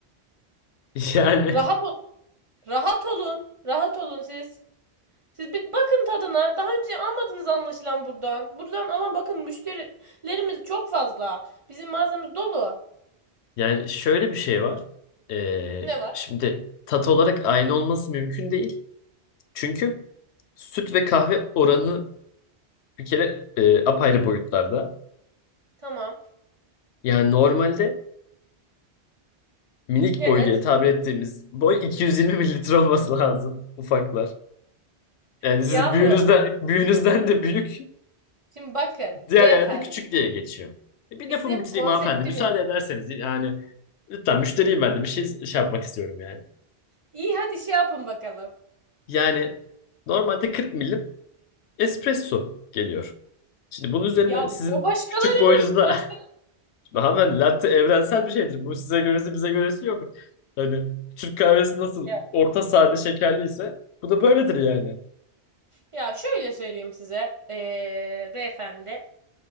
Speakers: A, on the left (about 80°); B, on the right (about 35°).
A: <laughs> Yani
B: Rahat olun. Rahat olun. Rahat olun siz. Siz bir bakın tadına. Daha önce almadınız anlaşılan buradan. Buradan alan bakın müşterilerimiz çok fazla. Bizim mağazamız dolu.
A: yani şöyle bir şey var. Ee,
B: Ne var?
A: şimdi tat olarak aynı olması mümkün değil. Çünkü süt ve kahve oranı bir kere e, apayrı boyutlarda.
B: Tamam.
A: Yani normalde minik
B: Evet.
A: boy diye tabir ettiğimiz boy 220 mililitre olması lazım ufaklar. Yani
B: Yahu.
A: sizin büyüğünüzden, büyüğünüzden de büyük
B: Şimdi bakın
A: Diğer
B: beyefendi.
A: yerlerde küçük diye geçiyor. E, bir
B: Bizim
A: lafımı bitireyim
B: konseptimiz.
A: hanımefendi. Müsaade ederseniz yani lütfen müşteriyim ben de bir şey, şey yapmak istiyorum yani.
B: İyi hadi şey yapın bakalım.
A: Yani normalde 40 milim espresso geliyor. Şimdi bunun üzerine
B: Ya
A: sizin
B: o başkalarının.
A: küçük boyunuzda
B: Başka
A: <laughs> Şimdi hanımefendi latte evrensel bir şeydir. Bu size göresi bize göresi yok. Hani Türk kahvesi nasıl
B: ya,
A: orta sade şekerliyse bu da böyledir yani.
B: ya şöyle söyleyeyim size. Ee, beyefendi.